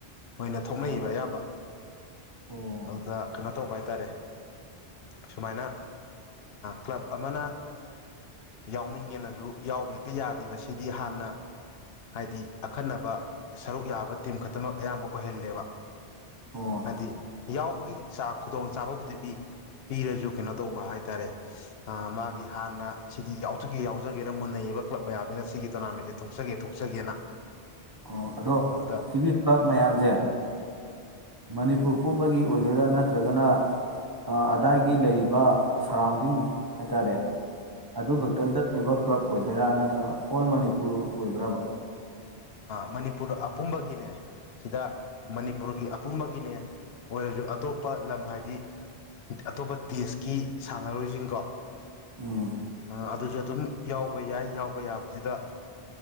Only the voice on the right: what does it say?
ꯑꯥ
ꯑꯣ
ꯑꯣ
ꯑꯣ ꯑꯗꯣ
ꯁꯤꯒꯤ ꯀ꯭ꯂꯕ ꯃꯌꯥꯝꯁꯦ ꯃꯅꯤꯄꯨꯔ ꯄꯨꯝꯕꯒꯤ ꯑꯣꯏ ꯑꯗꯨꯗ ꯅꯠꯇ꯭ꯔꯒꯅ ꯑꯗꯥꯏꯒꯤ ꯂꯩꯔꯤꯕ ꯁꯔꯥꯎꯟꯗꯤꯡ ꯍꯥꯏꯇꯥꯔꯦ ꯑꯗꯨ ꯐꯛꯇꯗ ꯏꯕ ꯀ꯭ꯂꯕ ꯑꯣꯏꯗꯣꯏꯔꯥ ꯅꯠꯇ꯭ꯔꯒ ꯑꯣꯜ ꯃꯅꯤꯄꯨꯔ ꯑꯣꯏꯕ꯭ꯔꯕ
ꯎꯝ